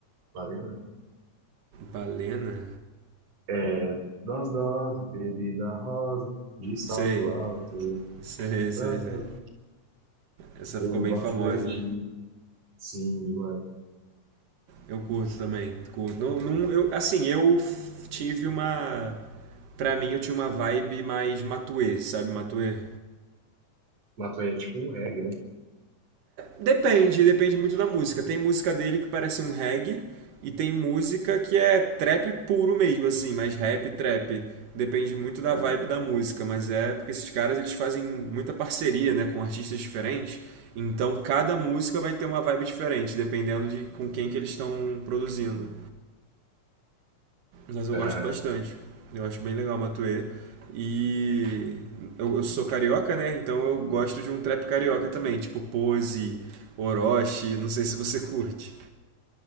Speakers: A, on the right (about 50°); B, on the right (about 80°).
A: Balena?
B: Balena?
A: É, dose, dose, bebida rosa, de salto
B: Sei.
A: alto.
B: Sei, sei,
A: tará.
B: sei. Essa
A: Eu
B: ficou
A: vi
B: bem
A: bastante,
B: famosa.
A: sim, demais.
B: Eu curto também, curto. Não, não, eu, assim, eu f- tive uma. Pra mim, eu tinha uma vibe mais Matuê, sabe? Matuê?
A: Mato é tipo um reggae, né?
B: Depende, depende muito da música. Tem música dele que parece um reggae e tem música que é trap puro mesmo, assim, mais rap, trap. Depende muito da
A: Aham,
B: vibe da música, mas é porque esses caras eles fazem muita parceria, né, com artistas diferentes. Então cada música vai ter uma vibe diferente, dependendo de com quem que eles estão produzindo. Mas eu
A: aham.
B: gosto bastante. Eu acho bem legal o Matuê. E eu, eu sou carioca, né? Então eu gosto de um trap carioca também, tipo Pose, Orochi, não sei se você curte.